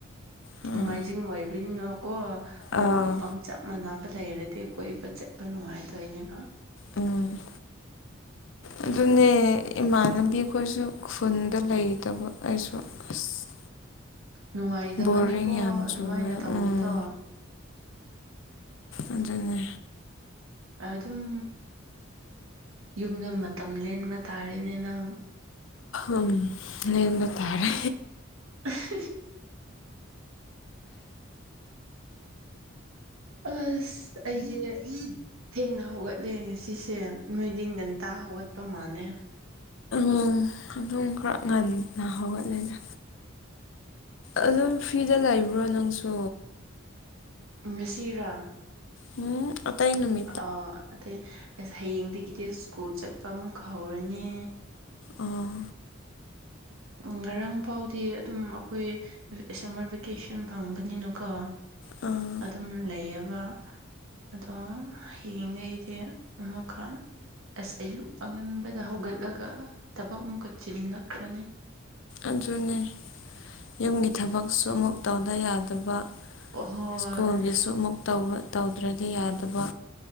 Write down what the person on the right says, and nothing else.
ꯅꯣꯡꯃꯥꯏꯖꯤꯡ ꯑꯣꯏꯕꯅꯤꯅꯀꯣ ꯃꯔꯨꯞ
ꯃꯄꯥꯡ ꯆꯞ ꯃꯥꯟꯅꯕ ꯂꯩꯔꯗꯤ ꯀꯣꯏꯕ ꯆꯠꯄ ꯅꯨꯡꯉꯥꯏꯗꯣꯏꯅꯦꯕ
ꯅꯨꯡꯉꯥꯏꯇꯕꯅꯤꯀꯣ
ꯑꯗꯨꯃꯥꯏꯅ
ꯇꯧꯕꯗꯣ
ꯑꯗꯨꯝ ꯌꯨꯝꯗ ꯃꯇꯝ ꯂꯦꯟꯕ ꯇꯥꯔꯦꯅꯦ ꯅꯪ
ꯍ <unintelligible> ꯑꯁ ꯑꯩꯗꯤ ꯊꯦꯡꯅ ꯍꯧꯒꯠꯂꯦ ꯉꯁꯤꯁꯦ ꯅꯣꯏꯗꯤ ꯉꯟꯇꯥ ꯍꯧꯒꯠꯄ ꯃꯥꯜꯂꯦ
ꯉꯁꯤꯔꯥ
ꯑ ꯑꯗꯩ ꯑꯁ ꯍꯌꯦꯡꯗꯒꯤꯗꯤ ꯁ꯭ꯀꯨꯜ ꯆꯠꯄ ꯑꯃꯨꯛ ꯍꯧꯔꯅꯤ
ꯉꯔꯥꯡ ꯐꯥꯎꯗꯤ ꯑꯗꯨꯝ ꯑꯩꯈꯣꯏ ꯁꯝꯃꯔ ꯚꯦꯀꯦꯁꯟ ꯐꯪꯕꯅꯤꯅꯀꯣ꯫
ꯑꯗꯨꯝ ꯂꯩꯌꯦꯕ ꯑꯗꯣ ꯍꯌꯦꯡꯗꯩꯗꯤ ꯑꯃꯨꯛꯀ ꯑꯁ ꯑꯌꯨꯛ ꯑꯉꯟꯕꯗ ꯍꯧꯒꯠꯂꯒ ꯊꯕꯛ ꯑꯃꯨꯛꯀ ꯆꯤꯜꯂꯛꯈ꯭ꯔꯅꯤ꯫
ꯑꯍꯣꯏ